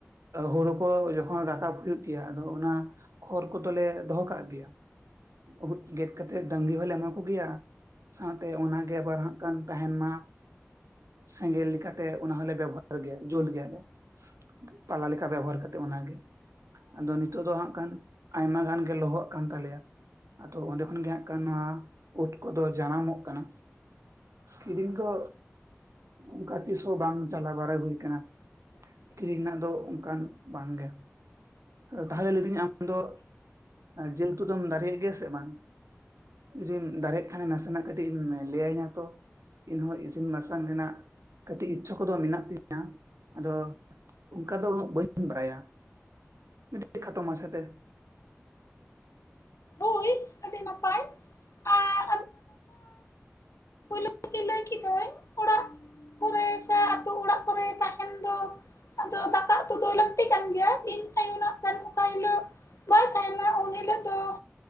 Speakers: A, on the right; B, on the left.
A: ᱦᱳᱲᱳ ᱠᱚ ᱡᱚᱠᱷᱚᱱ ᱨᱟᱠᱟᱵ ᱦᱩᱭᱩᱜ ᱜᱮᱭᱟ ᱟᱫᱚ ᱚᱱᱟ ᱠᱷᱚᱨ ᱠᱚᱫᱚᱞᱮ ᱫᱚᱦᱚ ᱠᱟᱜ ᱜᱮᱭᱟ ᱩᱫ ᱜᱮᱫ ᱠᱟᱛᱮᱫ ᱰᱟᱹᱝᱨᱤ ᱦᱚᱸᱞᱮ ᱮᱢᱟ ᱠᱚᱜᱮᱭᱟ ᱥᱟᱶᱛᱮ ᱚᱱᱟᱜᱮ ᱟᱵᱟᱨ ᱦᱟᱸᱜ ᱠᱟᱱ ᱛᱟᱦᱮᱱ ᱢᱟ᱾ ᱥᱮᱸᱜᱮᱞ ᱞᱮᱠᱟᱛᱮ ᱚᱱᱟ ᱦᱚᱸᱞᱮ ᱵᱮᱵᱚᱦᱟᱨ ᱜᱮᱭᱟ ᱡᱳᱞ ᱜᱮᱭᱟᱞᱮ᱾ ᱯᱟᱞᱟ ᱞᱮᱠᱟ ᱵᱮᱵᱚᱦᱟᱨ ᱠᱟᱛᱮᱜ ᱚᱱᱟᱜᱮ ᱟᱫᱚ ᱱᱤᱛᱚᱜ ᱫᱚ ᱦᱟᱸᱜ ᱠᱷᱟᱱ ᱟᱭᱢᱟ ᱜᱟᱱ ᱜᱮ ᱞᱚᱦᱚᱜ ᱠᱟᱱ ᱛᱟᱞᱮᱭᱟ᱾ ᱟᱫᱚ ᱚᱱᱰᱮ ᱠᱷᱚᱱᱜᱮ ᱦᱟᱸᱜ ᱠᱟᱱᱟ ᱳᱫ ᱠᱚᱫᱚ ᱡᱟᱱᱟᱢᱚᱜ ᱠᱟᱱᱟ᱾ ᱠᱤᱨᱤᱧ ᱫᱚ ᱩᱱᱠᱟ ᱛᱤᱥᱦᱚᱸ ᱵᱟᱝ ᱪᱟᱞᱟᱣ ᱵᱟᱲᱟᱭ ᱦᱩᱭ ᱟᱠᱟᱱᱟ᱾ ᱠᱤᱨᱤᱧ ᱨᱮᱱᱟᱜ ᱫᱚ ᱚᱱᱠᱟᱱ ᱵᱟᱝᱜᱮ ᱛᱟᱦᱚᱞᱮ ᱞᱟᱹᱭᱫᱟᱹᱧ ᱟᱢ ᱫᱚ ᱡᱤᱞ ᱩᱛᱩ ᱫᱚᱢ ᱫᱟᱲᱮᱭᱟᱜ ᱜᱮᱭᱟ ᱥᱮ ᱵᱟᱝ? ᱡᱩᱫᱤᱢ ᱫᱟᱨᱮᱜ ᱠᱷᱟᱱᱮ ᱱᱟᱥᱮᱱᱟᱜ ᱠᱟᱹᱴᱤᱡ ᱮᱢ ᱞᱟᱹᱭᱟᱹᱧᱟᱹ ᱛᱚ᱾ ᱤᱧᱦᱚᱸ ᱤᱥᱤᱱ ᱵᱟᱥᱟᱝ ᱨᱮᱱᱟᱜ ᱠᱟᱹᱴᱤᱡ ᱤᱪᱪᱷᱟᱹ ᱠᱚᱫᱚ ᱢᱮᱱᱟᱜ ᱛᱤᱧᱟᱹ, ᱟᱫᱚ ᱚᱱᱠᱟ ᱫᱚ ᱩᱱᱟᱹᱜ ᱵᱟᱹᱧ ᱵᱟᱲᱟᱭᱟ, ᱡᱩᱫᱤ ᱠᱷᱟᱴᱚᱢᱟᱪᱷᱟᱛᱮ
B: ᱦᱳᱭ ᱟᱹᱰᱤ ᱱᱟᱯᱟᱭ᱾ ᱟᱨ <unintelligible> ᱠᱤ ᱞᱟᱹᱭ ᱠᱟᱹᱫᱟᱹᱧ ᱚᱲᱟᱜ ᱠᱚᱨᱮ ᱥᱮ ᱟᱛᱩ ᱚᱲᱟᱜ ᱠᱚᱨᱮ ᱛᱟᱦᱮᱱ ᱫᱚ ᱟᱫᱚ ᱫᱟᱠᱟ ᱩᱛᱩ ᱫᱚ ᱞᱟᱹᱠᱛᱤ ᱠᱟᱱ ᱜᱮᱭᱟ ᱤᱧ ᱟᱭᱳ ᱱᱟᱜ ᱠᱷᱟᱱ ᱚᱠᱟ ᱦᱤᱞᱳᱜ ᱵᱟᱭ ᱛᱟᱦᱮᱱᱟ ᱩᱱ ᱦᱤᱞᱳᱜ ᱫᱚ